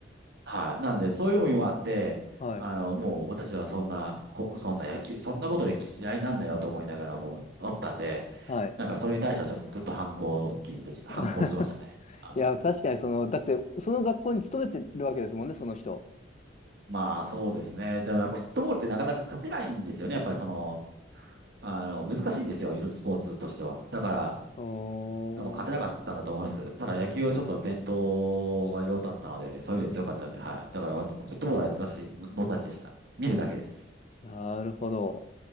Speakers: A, on the right (about 65°); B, on the left (about 40°).
A: はい。なんで、そういうのもあって、
B: はい、
A: あの、もう私はそんな、こ、そんな野球、そんなことで嫌いなんだよと思いながらもうおったんで、
B: はい。
A: なんかそれに対してはちょっとずっと反抗を聞いてきた、
B: <laughs>
A: 反抗してましたね。あ
B: いや、確かにその、だって、その学校に勤めてるわけですもんね、その人。
A: まあそうですね。でもやっぱフットボールってなかなか勝てないんですよね。やっぱりその、あの、難しいんですよ。いろいろスポーツとしては。だから、
B: うーん
A: 多分勝てなかったんだと思います。ただ野球はちょっと伝統がいろいろとあったので、そういう意味で強かったんで、はい。だからわフットボールは私、僕たちでした。見るだけです。
B: なるほど。